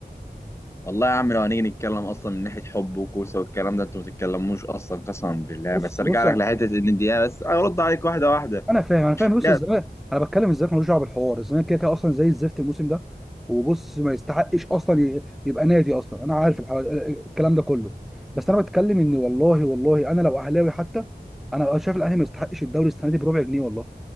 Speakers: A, on the left; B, in the centre.
A: والله يا عم لو هنيجي نتكلم اصلا من ناحيه حب وكوسه والكلام ده انتوا ما بتتكلموش اصلا قسما بالله
B: بص
A: بس ارجع
B: بص
A: لك لحته ان دي بس ارد عليك واحده واحده
B: انا فاهم انا فاهم
A: الدقيقه
B: بص الزمالك انا بتكلم الزمالك ملوش دعوه بالحوار الزمالك كده كده اصلا زي الزفت الموسم ده وبص ما يستحقش اصلا ي- يبقى نادي اصلا انا عارف الح- الكلام ده كله بس انا بتكلم ان والله والله انا لو اهلاوي حتى انا شايف الاهلي ما يستحقش الدوري السنه دي بربع جنيه والله